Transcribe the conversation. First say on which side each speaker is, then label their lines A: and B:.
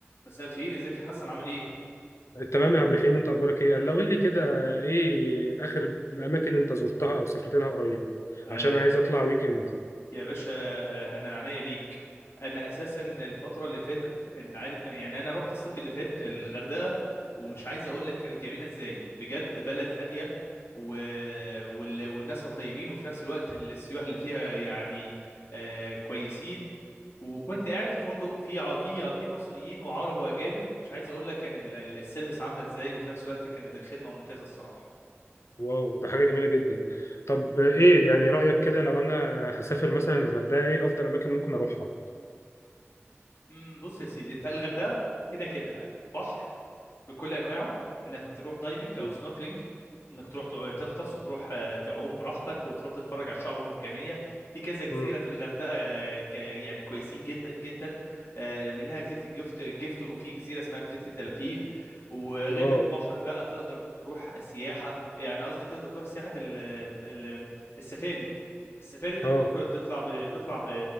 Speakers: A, on the left (about 60°); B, on the left (about 80°).
A: مساء الخير ازيك يا حسن عامل ايه
B: تمام يا عبد الرحيم انت اخبارك ايه قال له قول لي كده ايه اخر اماكن انت زرتها او سافرت لها قريب
A: آه
B: عشان عايز اطلع ويك اند
A: يا باشا آه، انا عينيا ليك انا اساسا الفتره اللي فاتت انت عارف يعني انا رحت الصيف اللي فات الغردقه ومش عايز اقول لك كانت جميله ازاي بجد بلد هاديه و... وال... والناسها طيبين وفي نفس الوقت السياح اللي فيها يعني آه كويسين وكنت قاعد في فندق فيه ع- فيه فيه مصريين وعرب واجانب مش عايز اقول لك كان ال- ال- السيرفيس عامله ازاي وفي نفس الوقت كانت الخدمه ممتازه الصراحه
B: واو ده حاجه جميله جدا طب ايه يعني رايك كده لو انا هسافر مثلا الغردقه ايه افضل اماكن ممكن اروحها
A: امم بص يا سيدي انت الغردقه كده كده بحر بكل انواعه انك تروح دايفنج او
B: مم.
A: سنوركلينج انك تروح تع- تغطس وتروح آه، تعوم براحتك وتروح تتفرج على الشعب المرجانيه في كذا جزيره
B: مم.
A: في الغردقه آه، ك- يعني كويسين جدا جدا آه، منها جزيره الجفت جفتون وفي جزيره اسمها جزيره الدلافين وغير
B: واو
A: البحر بقى تقدر تروح سياحه يعني قصدي تقدر تروح سياحه ال ال السفاري السفاري انك
B: اه
A: تخرج تطلع ب... تطلع ب...